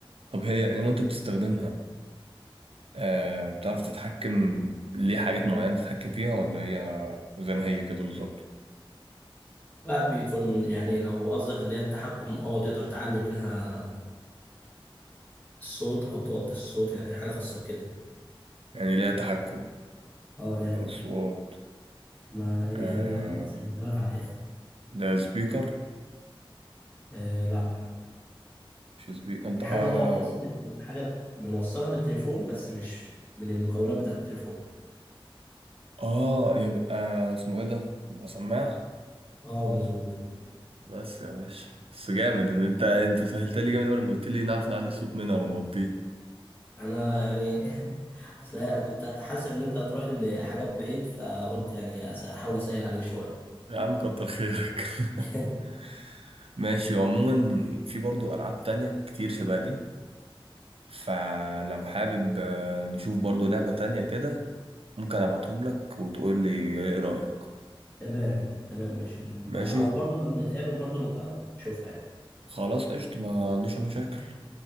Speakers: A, on the right; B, on the left.
A: طب هي إيه وانت بتستخدمها آه بتعرف تتحكم ليه حاجات معينة تتحكم فيها ولا هي زي ما هي كده بالظبط
B: لا بيكون يعني لو قصدك اللي هي التحكم اه تقدر تعلي منها الصوت او توطي الصوت يعني حاجه خاصه بكده
A: يعني ليها تحكم
B: اه يعني
A: أصوات
B: انا يعني
A: آه
B: يعتبر سهلتها لك على الاخر
A: ده سبيكر
B: آه لا
A: مش سبيكر انت
B: هي
A: آه
B: حاجه اه خاصه بالتليفون حاجه بنوصلها بالتليفون بس مش من المكونات بتاعت التليفون
A: اه يبقى اسمه ايه ده يبقى سماعة
B: اه مظبوط كده
A: بس يا باشا بس جامد ان انت انت سهلت لي جامد أوي لما قلت لي نعرف نعلي الصوت منها ونوطيه
B: انا يعني <laughs> أصل أنا كنت حاسس ان انت هتروح لحاجه بعيد فقلت يعني أس- احاول اسهل عليك شويه
A: يا عم كتر خيرك
B: <laughs>
A: <laughs> ماشي وعموما في برضو العاب تانية كتير شبه دي فلو حابب آه، نشوف برضو لعبة تانية كده ممكن ابعتهم لك وتقول لي ايه رأيك
B: تمام تمام مش
A: ماشي
B: او برضه لما نتقابل برضه نبقى نشوفها
A: خلاص قشطة ما عنديش أي مشاكل
B: يعني